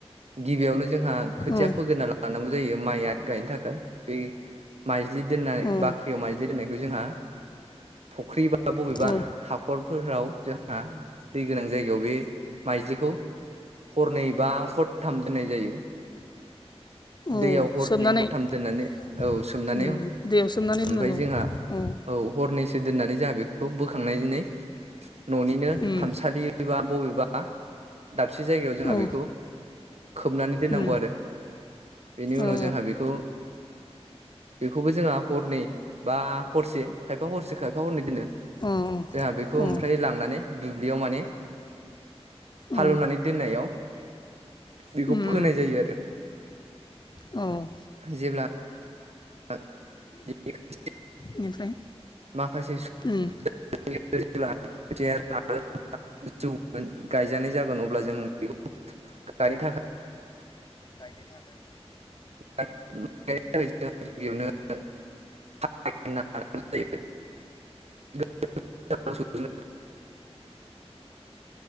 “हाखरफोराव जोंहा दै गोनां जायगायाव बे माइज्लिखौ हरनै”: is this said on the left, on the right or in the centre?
Right